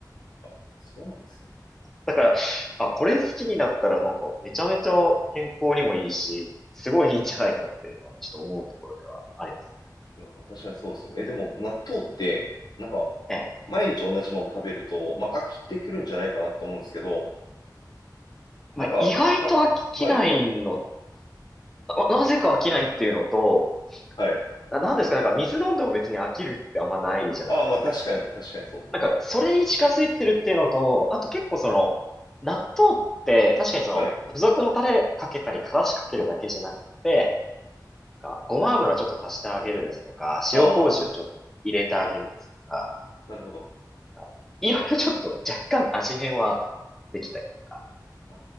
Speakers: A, on the left (about 70°); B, in the centre.
A: あ、そうなんですね。
B: だから、あ、これ好きになったらなんかめちゃめちゃ健康にもいいし、すごいいいんじゃないかっていうのはちょっと思うところではありますね。
A: いやー、確かにそうですよね。え、でも、納豆って、なんか、
B: ええ。
A: 毎日同じもの食べると、まあ、飽きてくるんじゃないかなと思うんですけど、なんか、
B: まあ、意外と飽きないの、
A: たはい、
B: ななぜか飽きないっていうのと、
A: はい。
B: な、なんですか、なんか水飲んでも別に飽きるってあんまないじゃないですか。
A: ああ、まあ、確かに、確かにそうですね。
B: なんか、それに近づいてるっていうのと、あと結構その、納豆って確かにその、
A: はい。
B: 付属のタレかけたり、からしかけるだけじゃなくて、なんか、ごま油ちょっと足してあげるですとか、
A: ああ。
B: 塩麹をちょっと入れてあげるですとか、
A: なるほど。
B: なんかいろいろちょっと若干味変はできたりとか、
A: あ、